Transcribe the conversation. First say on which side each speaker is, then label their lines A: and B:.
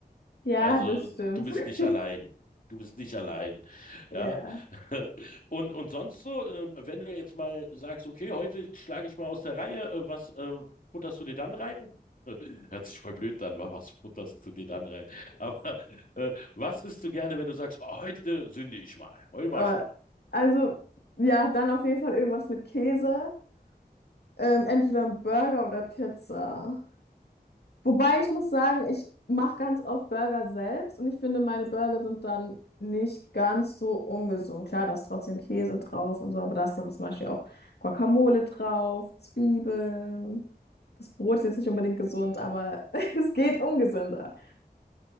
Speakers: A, on the left; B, on the left.
A: Ja,
B: Also
A: das stimmt.
B: du bist
A: <laughs>
B: nicht allein. Du bist nicht allein. Ja.
A: Ja.
B: <laughs> Und, und sonst so, ähm, wenn du jetzt mal sagst, okay, heute schlage ich mal aus der Reihe, äh, was äh, futterst du dir dann rein? <laughs> Hört sich voll blöd an, wa? was futterst du dir dann rein? <laughs> Aber äh, was isst du gerne, wenn du sagst, oh, heute sünde ich mal, heute
A: Äh,
B: mache ich mal?
A: also, ja, dann auf jeden Fall irgendwas mit Käse. Ähm, entweder ein Burger oder Pizza. Wobei ich muss sagen, ich mache ganz oft Burger selbst und ich finde, meine Burger sind dann nicht ganz so ungesund. Klar, da ist trotzdem Käse drauf und so, aber da ist dann zum Beispiel auch Guacamole drauf, Zwiebeln. Das Brot ist jetzt nicht unbedingt gesund, aber <laughs> es geht ungesünder.